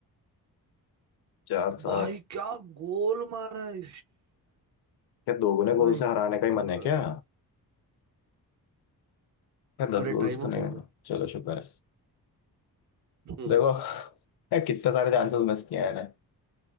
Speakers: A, on the left; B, on the right.
A: चार
B: <laughs>
A: सात
B: भाई क्या गोल मारा है
A: क्या दोगुने गोल
B: My
A: से हराने का ही
B: God
A: मन है क्या क्या दस
B: अरे
A: गोल
B: टाइम
A: तो
B: अप
A: नहीं
B: हो
A: होना
B: गया
A: चलो शुक्र है
B: हम्म,
A: देखो यार कितने सारे चांसेस मिस किए हैं मैंने